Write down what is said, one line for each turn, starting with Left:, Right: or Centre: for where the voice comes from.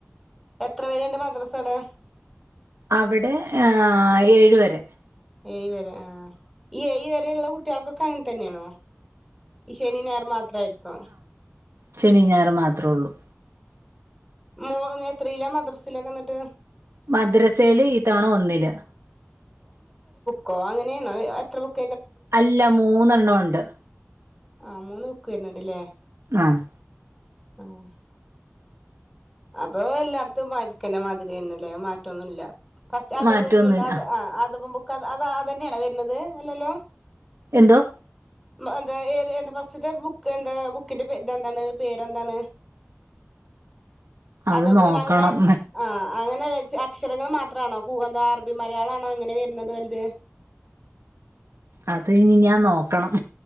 Centre: എത്ര വരെയുണ്ട് മദ്രാസ അവിടെ
Right: അവിടെ ആ ഏഴ് വരെ
Centre: ഏഴ് വരെ ആ ഈ ഏഴ് വരയുള്ള കുട്ടികൾക്കൊക്കെ അങ്ങൻ തന്നെണോ ഇ ശനി ഞായറും മാത്രം ആയിരിക്കൊ
Right: ശനിയും ഞായറും മാത്രള്ളൂ
Centre: മോന് എത്രീലാണ് മദ്രസിലൊക്കെന്നട്ട്
Right: മദ്റസയില് ഈത്തവണ ഒന്നില്
Centre: കോ അങ്ങനേണോ എത്ര ബുക്ക്‌
Right: അല്ല മൂന്നെണ്ണം ഒണ്ട്
Centre: ആഹ മൂന്ന് ബുക്ക് വരുന്നുണ്ട്ല്ലേ
Right: ആഹ്
Centre: ആഹ് അപ്പൊ എല്ലാർത്തും പയെക്ക്‌ മാതിരി തന്നെല്ലേ മാറ്റൊന്നുല്ല ഫസ്റ്റ് അധബുൻ
Right: മാറ്റൊന്നുല്ല
Centre: മ് എന്താ
Right: ആഹ്
Centre: ആഅ അധബുൻ ബുക്ക്‌ ക്കഅത അതന്നേണോ വര്ന്നത് അല്ലല്ലോ
Right: എന്തോ
Centre: മ്എന്താ ഏത് എന്താ ഫസ്റ്റ്ത്തെ ബുക്ക് എന്താ ബുക്കിന്റെ ഇതെന്താണ് പേരെന്താണ്
Right: അത്
Centre: അധബുൻ
Right: നോക്കണം
Centre: അങ്ങനെ ആ അങ്ങനെ അക്ഷരങ്ങൾ മാത്രാണോ കൂഅറബി മലയാളാണോ എങ്ങനെ വരുന്നത് ഓൽത്
Right: അത് ഇനി ഞാൻ നോക്കണം